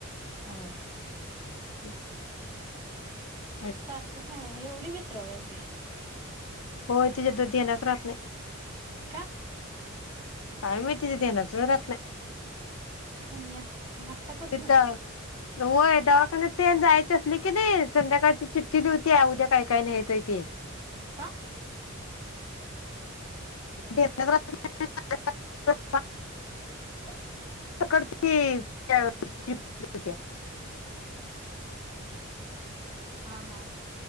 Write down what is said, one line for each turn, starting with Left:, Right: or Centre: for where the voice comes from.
Right: होय.
Left: हम्म <unintelligible>
Right: सारखं काय, एवढी विसराळू हाय काय?
Left: होय ‌. तिज्या धेन्यात राहत नाय.
Right: कां?
Left: काय माहिती तिचा ध्येनातच नाही राहतं.
Right: का या आत्तापासूनच
Left: तिथं, होय दवाखान्यात. ते आणि जायचे असली कणी, संध्याकाळची चिठ्ठी लिवत्या उद्या काय काय न्हायचाय ते.
Right: कां,
Left: धेनात राहतं नाही <unintelligible>
Right: <inaudible>
Left: कडती <unintelligible>
Right: हा.. हा..